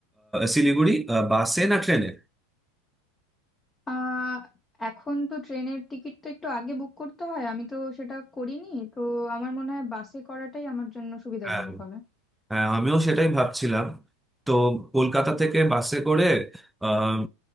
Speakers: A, in the centre; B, on the left (about 20°).
A: শিলিগুড়ি আহ, বাসে না ট্রেনে
B: আহ এখন তো ট্রেনের টিকিটটা একটু আগে বুক করতে হয় আমি তো সেটা করিনি তো আমার মনে হয় বাসে করাটাই আমার জন্য সুবিধাজনক
A: হ্যাঁ
B: হবে
A: হ্যাঁ, আমিও সেটাই ভাবছিলাম তো কলকাতা থেকে বাসে করে আম,